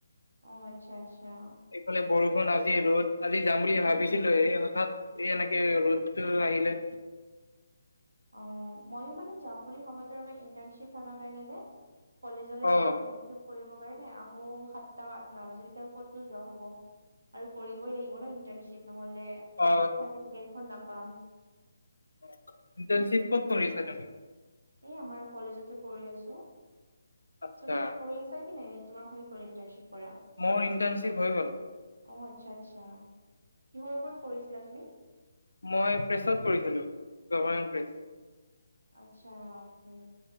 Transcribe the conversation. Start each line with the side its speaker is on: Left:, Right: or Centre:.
Right: অ আচ্ছা আচ্ছা অ
Left: এইফালে বৰষুণ আজি ৰ'দ আজি যাম বুলি
Right: উম
Left: ভাবিছিলো
Right: উম
Left: এই হঠাৎ এই এনেকে ৰ'দ টো আহিলে
Right: অ' মইয়ো মানে যাম বুলি ভবাতে ল'বা ইণ্টাৰ্ণশ্বিপ থকাৰ কাৰণে যে কলেজলৈ
Left: অ
Right: যাওঁ সেইকাৰণে শ্বিপ কৰিবৰ কাৰণে আহো সাতটা আঠ ন বজাত তেতিয়া ক'তনো যোৱা হ'ব। আৰু কৰিবই লাগিব ন ইণ্টাৰ্ণশ্বিপ নহ'লে
Left: অ
Right: চাৰ্টিফিকেটখন নাপাম।
Left: অ ইণ্টাৰ্ণশ্বিপ ক'ত কৰিছা তুমি?
Right: এ, আমাৰ কলেজতে কৰি আছো।
Left: আচ্ছা
Right: তুমি কৰি আছা কি নাই নাই? তোমাৰ হৈ কৰি ইণ্টাৰ্ণশ্বিপ কৰা।
Left: মোৰ ইণ্টাৰ্ণশ্বিপ হৈ গ'ল।
Right: অ' আচ্ছা আচ্ছা কিহৰ ওপৰত কৰিছিলা তুমি?
Left: মই প্ৰেছত কৰিছিলোঁ। Government press.
Right: আচ্ছা অ কে